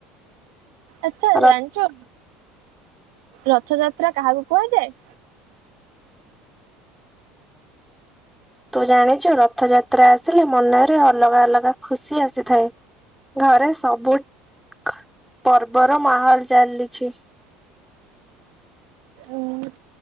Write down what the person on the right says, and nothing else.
ଆଚ୍ଛା
ଜାଣିଛୁ ରଥଯାତ୍ରା କାହାକୁ କୁହାଯାଏ?
ଉଁ